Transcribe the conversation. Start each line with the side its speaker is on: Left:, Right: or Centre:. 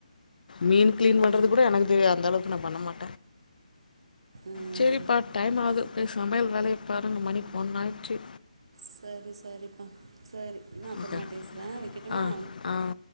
Left: மீன் கிளீன் பண்றது
Right: ம்
Left: கூட எனக்கு தெரியாது அந்த அளவுக்கு நா பண்ண மாட்டே
Right: ம்
Left: சேரிப்பா டைம் ஆகுது போய் சமையல் வேலய பாருங்க மணி ஒன் ஆய்டுச்சு
Right: சரி சரிப்பா சரி நா அப்பறமா
Left: ஓகே
Right: பேசுறே வெக்கட்டுமா
Left: ஆ ஆ